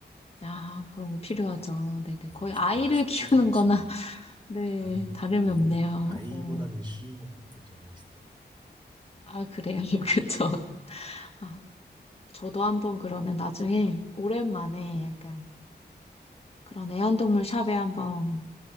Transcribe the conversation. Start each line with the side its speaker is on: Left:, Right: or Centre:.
Left: 아, 그런 거 필요하죠. 네네.
Right: 네,
Left: 거의
Right: 뭐, 시-
Left: 아이를
Right: 다 쉽진
Left: 키우는
Right: 않지만,
Left: 거나, <laughs> 네,
Right: 아니, 뭐,
Left: 다름이
Right: 오히려
Left: 없네요.
Right: 아이보다는
Left: 어,
Right: 쉬운 것 같아요, 제가 봤을 때.
Left: 아, 그래요. <laughs> 그쵸. 아, 저도 한번 그러면 나중에 오랜만에 약간 그런 애완동물 샵에 한번